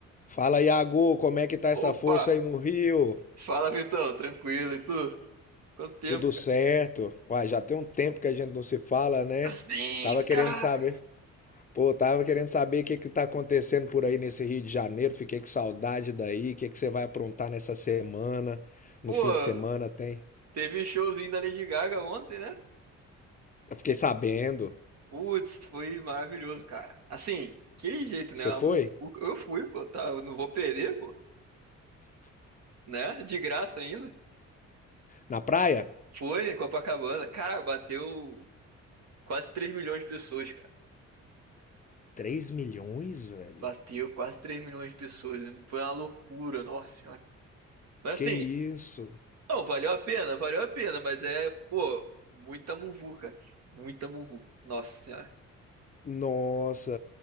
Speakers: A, on the left (about 25°); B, on the right (about 60°).
A: Fala, Iago, como é que tá essa
B: Opa!
A: força aí no Rio?
B: Fala, Vitão, tranquilo, e tu? Quanto tempo?
A: Tudo certo? Uai, já tem um tempo que a gente não se fala, né?
B: cara? Sim,
A: Tava querendo
B: caraca!
A: saber. Pô, tava querendo saber o que que tá acontecendo por aí nesse Rio de Janeiro. Fiquei com saudade daí. O que que você vai aprontar nessa semana? No
B: Pô,
A: fim de semana tem?
B: teve showzinho da Lady Gaga ontem, né?
A: Eu fiquei sabendo.
B: Putz, foi maravilhoso, cara. Assim, aquele jeito,
A: Você
B: né?
A: foi?
B: O- o- Eu fui, pô, tá? Eu não vou perder, pô, né? De graça ainda.
A: Na praia?
B: Foi em Copacabana. Cara, bateu quase 3 milhões de pessoas, cara.
A: Três milhões, velho?
B: Bateu quase 3 milhões de pessoas. Foi uma loucura, nossa senhora. Mas
A: Que
B: assim,
A: isso?
B: Não, valeu a pena, valeu a pena, mas é, pô, muita muvuca. Muita muvuca. Nossa senhora.
A: Nossa.